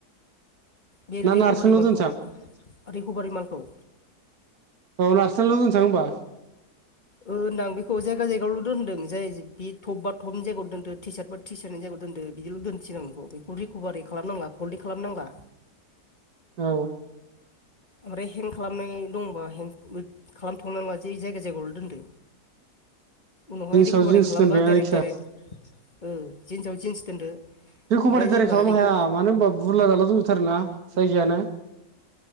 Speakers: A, on the left; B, on the right.
A: बे
B: ना
A: रिकभ
B: नारसोनल'
A: मालखौ
B: दोनसां
A: -रिकभारि मालखौ
B: औ नाथ्रोथनाल' दोनसाङो होमबा
A: होनदां बेखौ जायगा जायगायावल' दोन्दों जाय बि टब बा थटपनि जायगायाव दोनदो टि सार्ट बा टिसारनि जायगायाव दोनदो बिदिल' दोनस आां नोंखौ बेखौ रिकभारि खालामनांला फल्ड खालामनांला
B: औ
A: ओमफ्राय हें खालामनाय दंबा हें खालामथ'नानै ला ज जायगा जायगायावल' दोनदो उनावहाय
B: जिन्सआव
A: रिकभारि
B: जिन्स
A: खालामबा
B: दोनबाय आं
A: डाइरेक्ट
B: जायखिया
A: दडाइरेक्ट औ जिन्सआव जिन्स दोनदो।
B: रिकभारि
A: ओमफ्राय
B: दारै
A: जेब्ला
B: खालामनो
A: रिक'
B: हाया मानो होनबा बुरला जाला दंजोथार ना जायगायानो।